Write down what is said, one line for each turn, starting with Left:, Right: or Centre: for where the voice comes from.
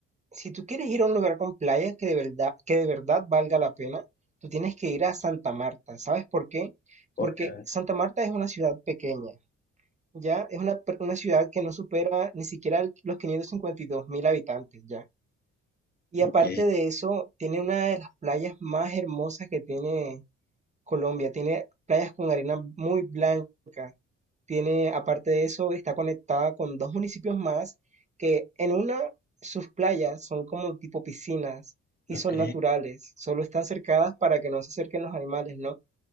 Right: si tú quieres ir a un lugar con playa que de verdad, que de verdad valga la pena, tú tienes que ir a Santa Marta. ¿Sabes por qué?
Left: Porque,
Right: Porque Santa Marta es una ciudad pequeña, ¿ya? Es una, per- una ciudad que no supera ni siquiera el- los 552 mil habitantes, ¿ya? Y
Left: ok,
Right: aparte de eso, tiene una de las playas más hermosas que tiene Colombia. Tiene playas con arena muy blanca. Tiene, aparte de eso, está conectada con dos municipios más que en una sus playas son como tipo piscinas y
Left: ok.
Right: son naturales. Solo están cercadas para que no se acerquen los animales, ¿no?